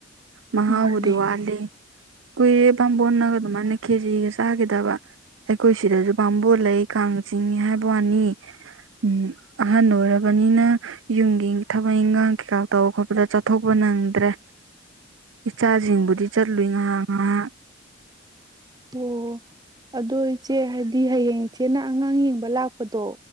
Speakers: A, on the right; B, on the right.
A: ꯃꯍꯥꯎꯕꯨꯗꯤ
B: ꯃꯥꯅꯦ
A: ꯋꯥꯂꯦ ꯀꯨꯏꯔꯦ ꯕꯥꯝꯕꯣꯟꯅꯒ ꯑꯗꯨ ꯃꯥꯥꯏꯅ ꯈꯦꯆꯤꯒ ꯆꯥꯈꯤꯗꯕ ꯑꯩꯈꯣꯏ ꯁꯤꯗꯁꯨ ꯕꯥꯝꯕꯣꯟ ꯂꯩ ꯀꯥꯡ ꯆꯤꯡꯏ ꯍꯥꯏꯕ ꯋꯥꯅꯤ ꯎꯝ ꯑꯍꯟ ꯑꯣꯏꯔꯕꯅꯤꯅ ꯌꯨꯝꯒꯤ ꯊꯕꯛ ꯏꯟꯈꯥꯡ ꯀꯩꯀꯥ ꯇꯧ ꯈꯣꯠꯄꯗ ꯆꯠꯊꯣꯛꯄ ꯅꯪꯗ꯭ꯔꯦ ꯏꯆꯥꯁꯤꯡꯕꯨꯗꯤ ꯆꯠꯂꯨꯏ ꯉꯍꯥꯛ-ꯉꯍꯥꯛ
B: ꯑꯣ ꯑꯗꯣ ꯏꯆꯦ ꯍꯥꯏꯗꯤ ꯍꯌꯦꯡ ꯏꯆꯦꯅ ꯑꯉꯥꯡ ꯌꯦꯡꯕ ꯂꯥꯛꯄꯗꯣ